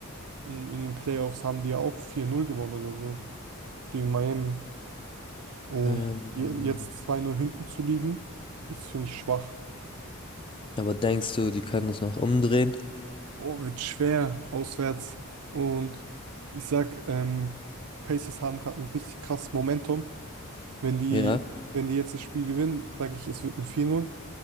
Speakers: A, on the right; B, on the left.
A: in, in den Playoffs, haben die ja auch vier null gewonnen oder so gegen Miami. Und
B: Ähm,
A: je, jetzt zwei null hinten zu liegen, ist, finde ich, schwach.
B: aber denkst du, die können das noch umdrehen?
A: Oh, wird schwer auswärts. Und ich sag, ähm, Pacers haben gerade ein richtig krasses Momentum. Wenn die,
B: Ja.
A: wenn die jetzt das Spiel gewinnen, sage ich, es wird ein 4-0.